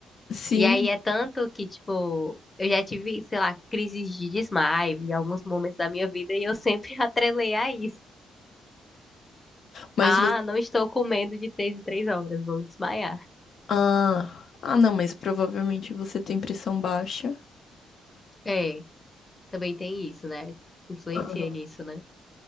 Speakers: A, on the left; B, on the left.
A: Sim,
B: E aí é tanto que, tipo, eu já tive, sei lá, crises de desmaio em alguns momentos da minha vida e eu sempre <laughs> atrelei a isso.
A: mas
B: Ah,
A: vo-
B: não estou comendo de três em três horas, vou desmaiar.
A: ah, ah, não, mas provavelmente você tem pressão baixa.
B: É, também tem isso, né? Influencia
A: Aham.
B: nisso, né?